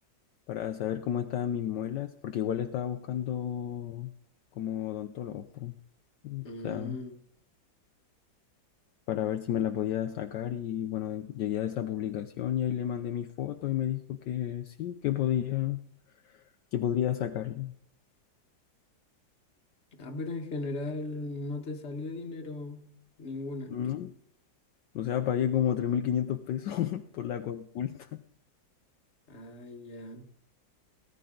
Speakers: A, on the left; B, on the left.
A: para saber cómo estaban mis muelas, porque igual estaba buscando como odontólogo, po. O
B: Mm.
A: sea, para ver si me la podía sacar y bueno, llegué a esa publicación y ahí le mandé mi foto y me dijo que sí, que podía, que podría sacarla.
B: Ah, pero en general no te salió dinero ninguna.
A: ¿no? O sea, pagué como 3.500 pesos <laughs> por la consulta.
B: Ah, ya.